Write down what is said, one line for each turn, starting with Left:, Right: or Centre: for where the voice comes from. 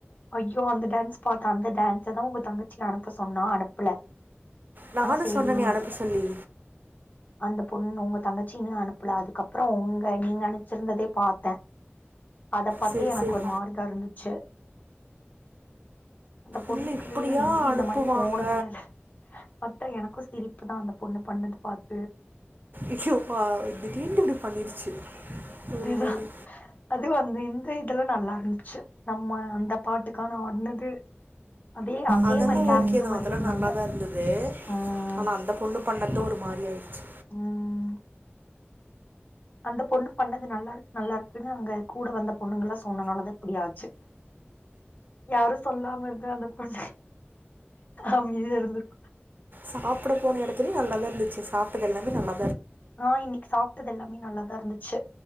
Left: ஐயோ அந்த டான்ஸ் பாத்தா அந்த டான்ஸதா உங்க தங்கச்சி அனுப்ப சொன்னா அனுப்பல
Right: நானு
Left: சேரின்னு
Right: சொன்னனே அனுப்ப
Left: விட்டுட்டே
Right: சொல்லி
Left: அந்த பொண்ணு உங்க தங்கச்சின்ன்னு அனுப்புல அதுக்கப்புற உங்க நீங்க அனுச்சிருந்ததே பாத்தே அத பாத்தே
Right: சரி
Left: எனக்கு
Right: சரி
Left: ஒரு மாறுதா இருந்துச்சு அந்த பொண்ணுக்கு
Right: இல்ல இப்படியா
Left: எங்கயு
Right: அனுப்புவாங்க
Left: இந்த மாரி போனதுல்லல பாத்தா எனக் கு சிரிப்பு தா அந்த பொண்ணு பண்ணது பாத
Right: ஐயோ அப்பா இதீண்டு இப்டி பண்ணிருச்சு
Left: அதுதா
Right: ஒரு மாரி
Left: அது அந்துன் து இதெல்லா நல்லாருந்துச்சு நம்ம அந்த பாட்டுக்கான ஆடுனது அப்டியே அதே
Right: அதெல்லா
Left: மாதிரி கேரக்டர்
Right: ஓகே தா
Left: மாரியே
Right: அதெல்லா
Left: இருந்தாங்க
Right: நல்லாதா இருந்தது
Left: ம்
Right: ஆனா அந்த பொண்ணு பண்ணது ஒரு மாரி ஆயிடுச்சு
Left: ம் அந்த பொண்ணு பண்ணது நல்லாருக்கு நல்லாருக்குன்னு எங்க கூட வந்த பொண்ணுங்கல்லா சொன்னனாலதா இப்பிடியாச்சு யாரு சொல்லாம இருந்தா அந்தப் புள்ள அமைதியாருந்துருக்கு
Right: சாப்பிட போன எடத்துலையு நல்ல தா இருந்துச்சு சப்ட்டது எல்லாமே நல்லா
Left: ஆ இன்னைக்கி சாப்ட்டது எல்லாமே நல்லாதாருந்துச்சு